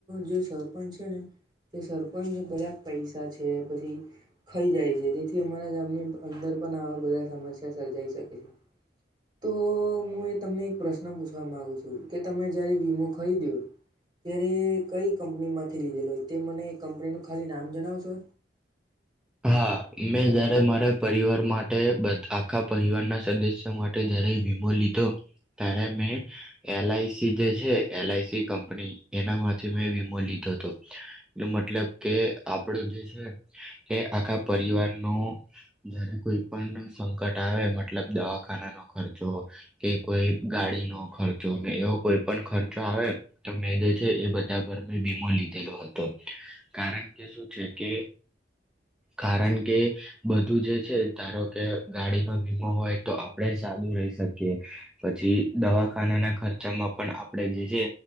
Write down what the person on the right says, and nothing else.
જે સરપંચ છે ને તે સરપંચ બધા પૈસા છે પછી ખાઈ જાય છે તેથી અમારા ગામની અંદર પણ આવા બધા સમસ્યા સર્જાઈ શકે છે તો હું હુ તમને એક પ્રશ્ન પ્રશ્ન પૂછવા માંગુ છું કે તમે જયારે વીમો ખરીદયો ત્યારે કઈ કંપની માંથી લીધેલો તે મને એ કંપનીનું ખાલી નામ જણાવશો.